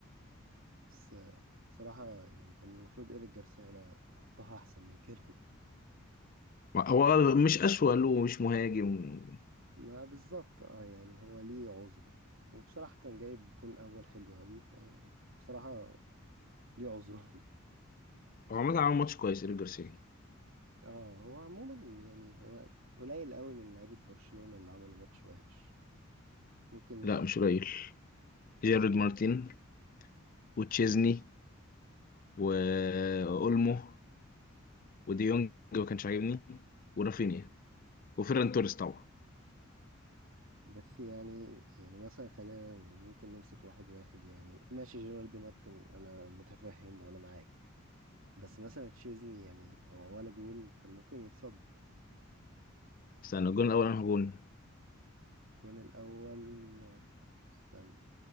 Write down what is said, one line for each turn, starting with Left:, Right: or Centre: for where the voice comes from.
Right: بس آه، بصراحة يعني كان المفروض ايريك جارسيا لا يحطها احسن من كده <laughs>
Left: هو مش أسوأ له مش مهاجم
Right: ما بالظبط اه يعني هو ليه عذره وبصراحة كان جايب جون اول حلو اوي ف بصراحة ليه عذره <laughs>
Left: هو عامة عمل ماتش كويس إيريك جارسيا
Right: اه هو عموما يعني هو قليل قوي من لعيبة برشلونة اللي عملوا ماتش وحش ممكن
Left: لا مش قليل جيرارد مارتين وتشيزني وأولمو وديونج ما كانش عاجبني ورافينيا وفيران توريس طبعا
Right: بس يعني يعني مثلا خلينا ممكن نمسك واحد واحد يعني ماشي جيرارد مارتن انا متفهم وانا معاك بس مثلا تشيزني يعني هو ولا جون كان ممكن يتصد
Left: استنى الجون الأول أنا جون
Right: الجون الاول استنى